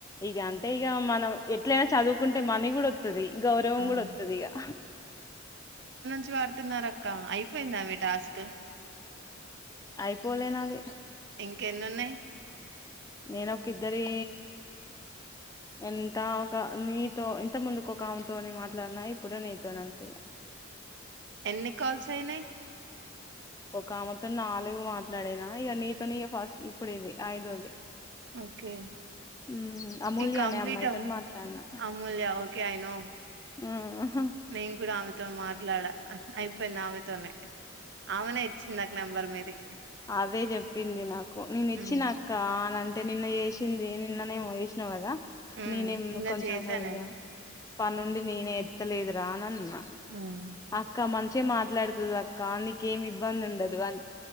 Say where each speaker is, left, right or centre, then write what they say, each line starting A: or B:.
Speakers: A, on the left; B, on the right.
A: ఇగ అంటే ఇగ మనం ఎట్లయినా చదువుకుంటే మనీ కూడా ఒత్తది గౌరవం
B: అవును
A: కూడా ఒతదిగా
B: చ్ వాడుతున్నారు అక్క అయిపోయిందా మీ టాస్క్
A: అయిపోలేనాది
B: ఇంకెన్ని ఉన్నాయి
A: నేనొక్కిద్దరి ఎంత ఒక నీతో ఇంత ముందుకు ఒక అమెతోని మాట్లాడిన ఇప్పుడు నితోన్ అంతే ఇగ
B: ఎన్ని కాల్స్ అయిన్నాయి
A: ఒక ఆమెతోన్ నాలుగు మాట్లాడినా ఇగ నీతోని ఇగ ఫస్ట్ ఇప్పుడు ఇది ఐదోది
B: ఓకే
A: హ్మ్. అమూల్య
B: ఈ కంప్లీటా
A: అనే అమ్మాయితోని మాట్లాడిన.
B: అమ్మూల్యా ఓకే అయినో
A: ఆఅ
B: నేను కూడా ఆమెతోన్ మాట్లాడా అయిపోయింది ఆమెతోనే ఆమెనే ఇచ్చింది నక్ నెంబర్ మీది
A: అవే చెప్పింది నాకు నేను ఇచ్చినాక్క
B: ఉమ్
A: అన్నన్ టే నిన్న చేసింది నిన్ననేమో చేసినవ్ కదా
B: ఉమ్
A: నేనేం
B: నిన్న
A: కొంచెం
B: చేసా
A: ఇగ
B: నేను
A: పనుండి నేనే ఎత్తలేదురా అన్ అన్నా
B: ఉమ్
A: అక్క మంచి గా మాట్లాడుతది అక్క నీకేమి ఇబ్బంది ఉండదు అం